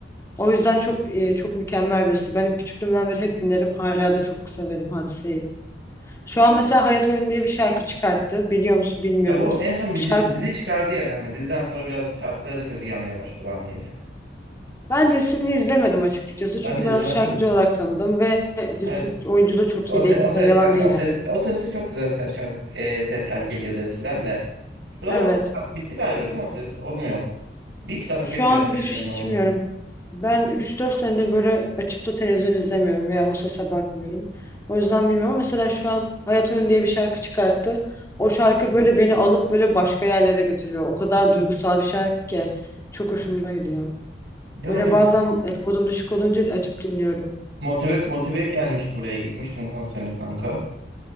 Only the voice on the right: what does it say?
Değil
mi?
Ya bu en son
bir dizi, dizi çıkardı ya kanka. Diziden sonra biraz şarkıları da kötü gelmeye başladı bana niyeyse.
Ben
de
izlemedim
de.
Evet.
O,
se-
o sesten,
o
ses, o seste çok güzel se- şarkı, e, sesler geliyordu eskiden de. Sonra
o, bitti galiba değil mi o ses? O mu yok? Hiç takip
etmiyorum
televizyonda
ondan.
Yani
Motive, motive gelmişti buraya gitmiştim konserine kanka.